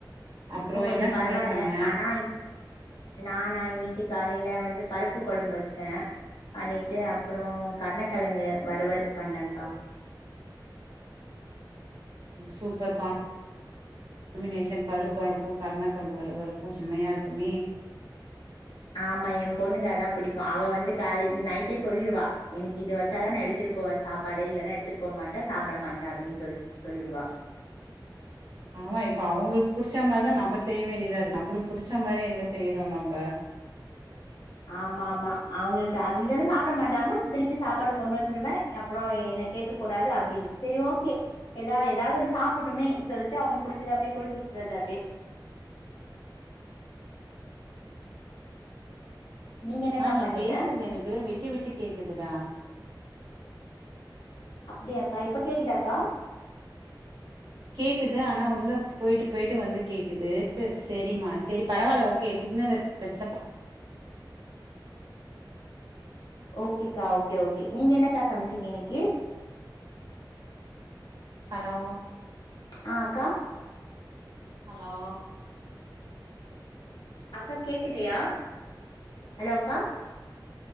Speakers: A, on the right (about 70°); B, on the left (about 70°).
A: அப்றோ
B: இப்போ கொஞ்சம்
A: என்ன
B: பரவாயில்ல
A: சமையல் பண்ண
B: ஆனா நானா இன்னிக்கு காலையில வந்து பருப்பு கொழம்பு வெச்ச பண்ணிட்டு அப்புறம் கர்ணக்கெழங்கு வறுவல் பண்ணே கா
A: சூப்பர் காம்பினேஷன் பருப்பு குழம்புக்கும் கர்ணா கெழங்கு வருவலுக்கு சம்மையா இருக்குமே
B: ஆமா என் பொண்ணுக்கு அதா பிடிக்கும் அவ வந்து காலைல நைட்டே சொல்லிடுவா எனக்கு இது வெச்சாதா நா எடுத்துட்டு போவே சாப்பாடு இல்லன்னா எடுத்துட்டு போ மாட்டா சாப்பிட மாட்ட அப்டின்னு சொல்லிடுவா
A: ஆமா இப்ப அவங்களுக்கு புடிச்சா மாரிதா நம்ம செய்ய வேண்டியதா இருக்கு நம்மளுக்கு புடிச்ச மாரி எங்க செய்றோ நம்ம
B: ஆமா ஆமா அவங்களுக்கு அதுதானே சாப்பிட மாட்டாங்க திருப்பி சாப்பாடு கொண்டு வந்துருவே அப்புறம் என்ன கேட்க கூடாது அப்டின்னு செரி ஓகே ஏதாவ ஏதாவது ஒரு சாப்பிடணுமேன்னு சொல்லிட்டு அவங்களுக்கு பிடிச்சத அப்டியே குடுத்து விட்றது அப்டியே நீங்க என்னக்கா
A: மா நீ
B: பண்ணீங்க
A: பேசது எனக்கு விட்டு விட்டு கேக்குதுடா
B: அப்டியாக்கா இப்ப கேக்குதாக்கா
A: கேக்குது ஆனா உள்ள போயிட்டு போயிட்டு வந்து கேக்குது செரிமா செரி பரவாயில்ல ஓகே சிக்னல் இலாத எடத்தல
B: ஓகேக்கா ஓகே ஓகே நீங்க என்னக்கா சமச்சீங்க இன்னிக்கு
A: ஹலோ
B: ஆஹ் அக்கா
A: ஹலோ
B: அக்கா கேக்கலயா ஹலோ அக்கா